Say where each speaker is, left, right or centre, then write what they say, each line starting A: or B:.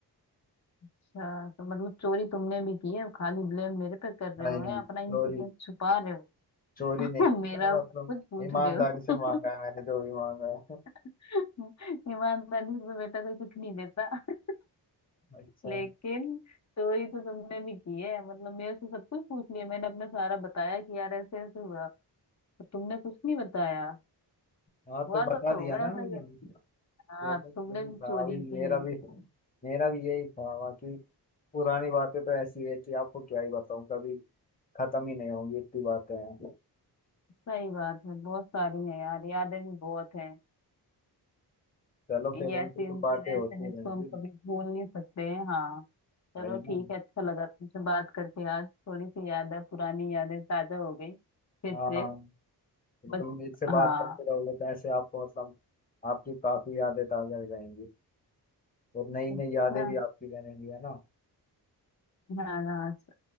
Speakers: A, on the left; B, on the left.
A: अच्छा तो मतलब चोरी तुमने भी की है खाली ब्लेम मेरे पे कर रहे
B: नहीं
A: हो है
B: नहीं
A: अपना इंसिडेंट
B: सॉरी
A: छुपा रहे हो
B: चोरी
A: <laughs>
B: नहीं की
A: मेरा
B: मैं
A: सब
B: मतलब
A: कुछ पूछ
B: ईमानदारी
A: रहे हो
B: से मांगा है मैंने जो भी मांगा है
A: <laughs> ईमानदारी से तो बेटा कोई कुछ नहीं देता <laughs>
B: अच्छा
A: लेकिन चोरी तो तुमने भी की है मतलब मेरे से सब कुछ पूछ लिया मैंने अपने सारा बताया कि यार ऐसे ऐसे हुआ और तुमने कुछ नहीं बताया
B: हाँ
A: हुआ
B: तो बता
A: तो होगा
B: दिया ना
A: ऐसा
B: मैंने
A: ही है। हाँ
B: मतलब
A: तो तुमने
B: यही
A: भी
B: था
A: चोरी
B: अभी
A: की
B: मेरा
A: है
B: भी मेरा भी यही था बाकी पुरानी बातें तो ऐसी है कि आपको क्या ही बताऊं कभी खत्म ही नहीं होंगी इतनी बातें हैं
A: सही बात है बहुत सारी है यार यादें भी बहुत हैं
B: चलो
A: ये
B: फिर
A: ऐसे
B: उनसे तो
A: इंसिडेंट्स
B: बातें होती
A: हैं जिसको
B: रहेंगी
A: हम कभी भूल नहीं सकते हैं हाँ चलो
B: वही
A: ठीक
B: ना
A: है अच्छा लगा तुमसे बात करके आज थोड़ी सी याद है पुरानी यादें ताजा हो गई फिर
B: हाँ
A: से
B: बिल्कुल
A: बस
B: मेरे से बात
A: हाँ
B: करते रहोगे तो ऐसे आपको मतलब आपकी काफी यादें ताजा हो जाएंगी और नई नई
A: अच्छा
B: यादें भी आपकी बनेंगी है ना
A: हाँ हाँ